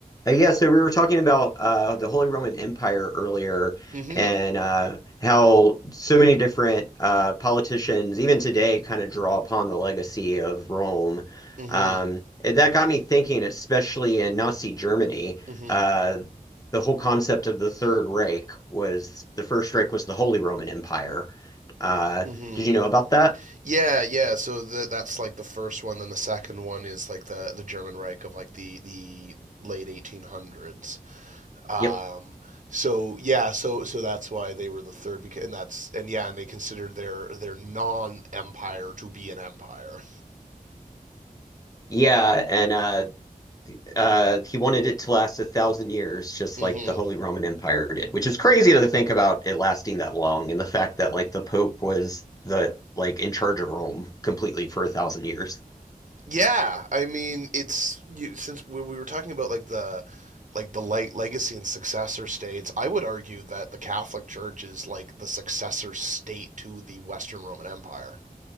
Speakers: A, on the left (about 25°); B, on the right (about 55°).
A: Uh, Yeah, so we were talking about uh, the Holy Roman Empire earlier
B: Mm-hmm.
A: and uh, how so many different uh, politicians, even today, kind of draw upon the legacy of Rome.
B: Mm-hmm.
A: Um, and that got me thinking, especially in Nazi Germany,
B: Mm-hmm.
A: uh, the whole concept of the Third Reich was the First Reich was the Holy Roman Empire. Uh,
B: Mm-hmm.
A: did you know about that?
B: Yeah, yeah. So the, that's like the first one. Then the second one is like the the German Reich of like the the late 1800s. Um.
A: Yep.
B: So yeah. So so that's why they were the third. Because and that's and yeah. And they considered their their non empire to be an empire.
A: Yeah, and uh, uh, he wanted it to last a thousand years, just
B: Mm-hmm.
A: like the Holy Roman Empire did, which is crazy to think about it lasting that long, and the fact that like the Pope was the like in charge of Rome completely for a thousand years.
B: Yeah, I mean, it's you, since we, we were talking about like the like the light legacy and successor states, I would argue that the Catholic Church is like the successor state to the Western Roman Empire.